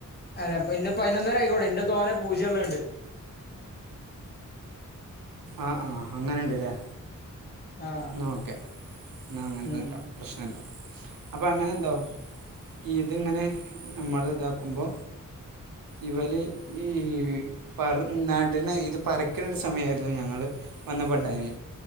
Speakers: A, on the left; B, on the right.
A: അല്ല അ പിന്നെപയിനൊന്നര ആയിക്കോട്ടെ ഇന്റെ തോനെ പൂജ്യള്ളത്ണ്ട്
B: ആആഅങ്ങന ഇണ്ടല്ലേ
A: ആഹ്
B: ന്നാഓക്കെന്നഅങ്ങനെനീട്ടാം
A: ഉം
B: പ്രശ്നല്ല അപ്പങ്ങനെ എന്താവും ഈ ഇതിങ്ങനെ നമ്മൾള് ഇതാക്കുമ്പോ ഇവല്ഈപർ ന്നട്ണെ ഇത് പറികണ ഒരു സമയമായിരുന്നു ഞങ്ങള് വന്നപ്പ ണ്ടായിനെ.